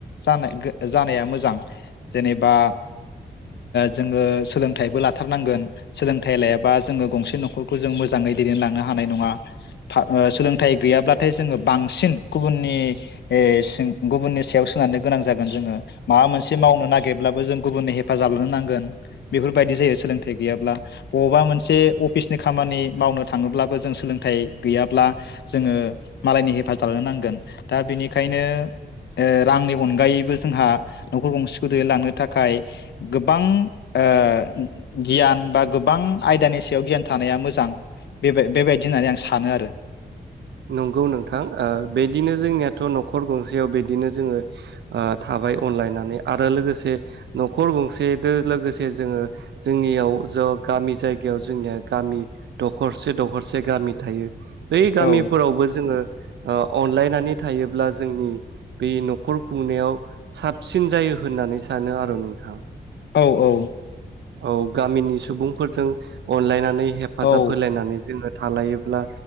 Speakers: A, on the left (about 75°); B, on the right (about 90°).
A: जानो गोन जानाया मोजां जेनेबा जोंङो सोलोंथाइबो लाथारनांगोन सोलोंथाइ लायाबा जोंङो गंसे न'खरखौ जों मोजाङै दैदेनलांनो हानाय नंङा सोलोंथाइ गैयाब्लाथाय जोंङो बांसिन गुबुननि सि गुबुननि सायाव सोनारनो गोनां जागोन जोंङो माबा मोनसे मावनो नागिरब्लाबो जों गुबुननि हेफाजाब नांगोन बेफोर बादि जे सोलोंथाइ गैयाब्ला अबबा मोनसे अफिसनि खामानि मावनो थांङोब्लाबो सोलोंथाइ गैयाब्ला जोंङो मालायनि हेफाजाब लानो नांगोन दा बेनिखायनो ओ रांनि अनगायै बो जोंहा न'खर गंसेखौ दैलांनो थाखाय गोबां ओ गियान बा गोबां आयदानि सायाव गियान थानाया मोजां बे बेबायदि होननानै आं सानो आरो
B: नंगौ नोंथां ओ बेदिनो जोंनियाथ' न' खर गंसेयाव बिदिनो जोंङो थाबाय अनलायनानै आरो लोगोसे न'खर गंसेजों लोगोसे जोंङो जोंनियाव ज' गामि जायगायाव जोंनिया गामि दखरसे दखरसे गामि थायो बेै गामि
A: औ
B: खौबो जोङो ओ अनलायनानै थायोब्ला जोंनि बे न'खर खुंनायाव साबसिन जायो होननानै सानो आरो नोंथां
A: औ औ
B: औ गामिनि सुबुंफोरजों अनलायनानै हेफाजाब
A: औ
B: होलायनानै जोङो थालायोब्ला